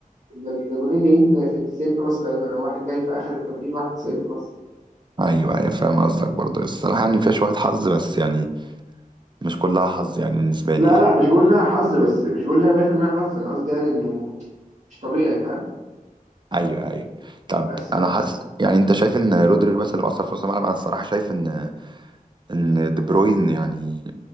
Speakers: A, on the right (about 55°); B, on the right (about 30°).
A: ده الجونين جايين في 90 بلس غالبا او واحد جاي في اخر ال 80 واحد 90 بلس
B: أيوة أيوة فاهم قصدك برضه الصراحة يعني فيها شوية حظ بس يعني مش كلها حظ يعني بالنسبة لي
A: لا
B: يعني.
A: لا مش بقول لها حظ بس مش بقول لها 100% حظ انا قصدي يعني انه مش طبيعي فاهم
B: أيوة أيوة طب
A: بس
B: أنا حاسس يعني أنت شايف إن رودري بس اللي مأثر في نص الملعب أنا الصراحة شايف إن إن دي بروين يعني